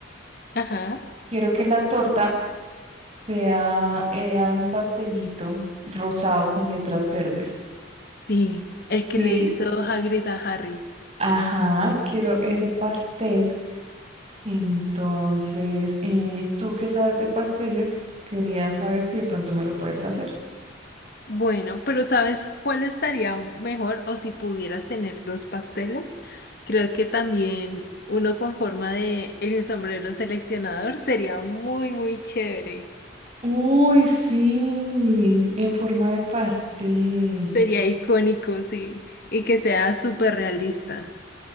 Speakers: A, on the left; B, on the right.
A: Ajá.
B: quiero que la torta sea, eh, hay un pastelito rosado con letras verdes.
A: Sí, el que
B: Sí,
A: le hizo Hagrid a Harry.
B: ajá, quiero ese pastel. Entonces, eh, tú que sabes de pasteles, quería saber si de pronto me lo puedes hacer.
A: Bueno, pero ¿sabes cuál estaría mejor? O si pudieras tener dos pasteles, creo que también uno con forma de el sombrero seleccionador sería muy, muy chévere.
B: Uy, sí, en forma de pastel.
A: Sería icónico, sí, y que sea súper realista.